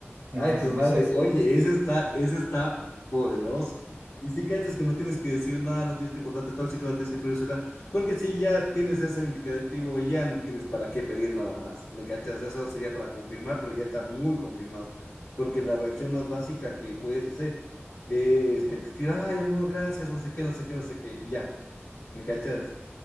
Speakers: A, on the right; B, on the left.
A: Entonces,
B: Ay, hijo de madre,
A: no sé.
B: oye, ese está, ese está poderoso. Y si cachas que no tienes que decir nada, no tienes que portarte tóxico, no tienes que pedir celular, porque si ya tienes ese indicativo, ya no tienes para qué pedir nada más. ¿Me cachas? Eso sería para confirmar, pero ya está muy confirmado. Porque la reacción más básica que puedes hacer es que te escriba, ay, amor, gracias, no sé qué, no sé qué, no sé qué, y ya. ¿Me cachas?